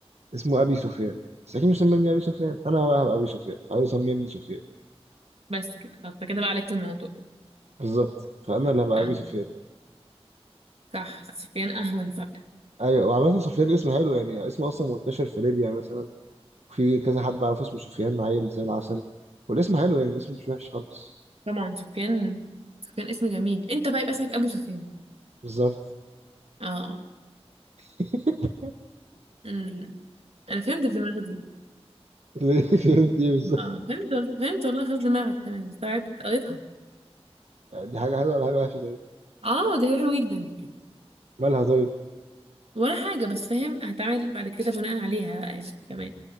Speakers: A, on the right; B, on the right.
A: اسمه أبي سفيان بس أكيد مش سممني أبي سفيان أنا بقى هبقى أبي سفيان فعايز يسميني سفيان
B: بس كده خلاص ده كده بقى عالجت الموضوع
A: بالظبط فأنا اللي هبقى
B: اه
A: أبي سفيان
B: صح سفيان اهون فعلا
A: أيوة وعامة سفيان اسم حلو يعني اسمه أصلا منتشر في ليبيا مثلا في كذا حد أعرفه اسمه سفيان عيل زي العسل والاسم حلو يعني الاسم مش وحش خالص
B: طبعا سفيان سفيان اسم جميل انت بقى يبقى اسمك ابو سفيان
A: بالظبط
B: اه اه
A: <laughs>
B: امم انا فهمت الدماغ دي
A: ليه <laughs> فهمت ايه بالظبط
B: اه فهمت وال- فهمت والله خلاص دماغك تمام استوعبت قريتها
A: يعني دي حاجه حلوه ولا حاجه وحشه طيب
B: اه دي حاجة حلوة جدا
A: مالها طيب
B: ولا حاجة بس فاهم هتعمل بعد كده بناء عليها بقى يعني. تمام